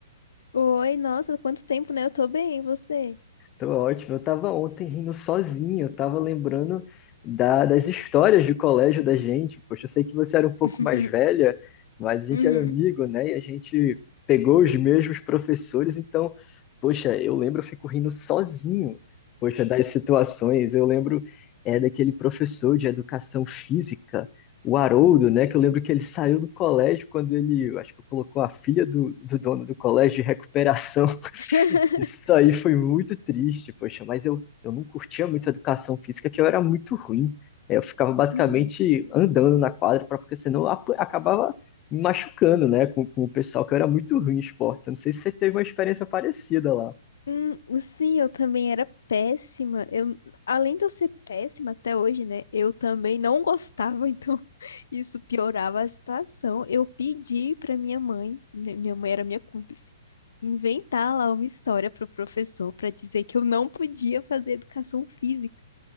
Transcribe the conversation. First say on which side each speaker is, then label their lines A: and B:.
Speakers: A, on the left; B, on the left.
A: Oi, nossa, quanto tempo, né? Eu tô bem, e você?
B: Tô ótimo. Eu tava ontem rindo sozinho, eu tava lembrando da- das histórias do colégio da gente. Poxa, eu sei que você era um pouco
A: <laughs>
B: mais velha, mas a gente
A: Uhum.
B: era amigo, né? E a gente pegou os mesmos professores, então, poxa, eu lembro, eu fico rindo sozinho, poxa, das situações. Eu lembro é daquele professor de educação física, o Haroldo, né? Que eu lembro que ele saiu do colégio quando ele, eu acho que colocou a filha do, do dono do colégio de recuperação. <laughs>
A: <laughs>
B: Isso aí foi muito triste, poxa, mas eu, eu não curtia muito a educação física, que eu era muito ruim. É, Eu ficava basicamente
A: Uhum.
B: andando na quadra, pra, porque senão eu ap- acabava me machucando, né, com, com o pessoal, que eu era muito ruim em esporte. Eu não sei se você teve uma experiência parecida lá.
A: Hum, sim, eu também era péssima. Eu, além de eu ser péssima até hoje, né? Eu também não gostava, <laughs> então isso piorava a situação. Eu pedi pra minha mãe, né, minha mãe era minha cúmplice, inventar lá uma história pro professor pra dizer que eu não podia fazer educação física.